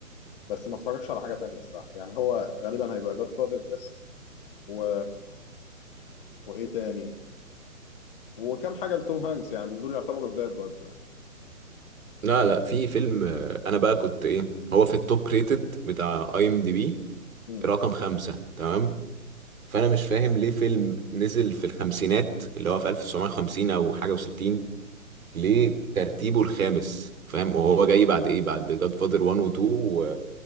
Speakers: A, on the left; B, on the right.
A: بس ما اتفرجش على حاجه تانية الصراحه يعني هو غالبا هيبقى جاد فاضل بس و وايه تاني وكم حاجه لتوم هانكس يعني بس دول يعتبروا جداد برضه يعني
B: لا لا في فيلم آه، انا بقى كنت ايه هو في التوب ريتد بتاع اي ام دي بي
A: امم
B: رقم خمسة تمام فانا مش فاهم ليه فيلم نزل في الخمسينات اللي هو في 1950 او حاجة و60 ليه ترتيبه الخامس فاهم وهو جاي بعد ايه بعد جاد فاذر 1 و 2 و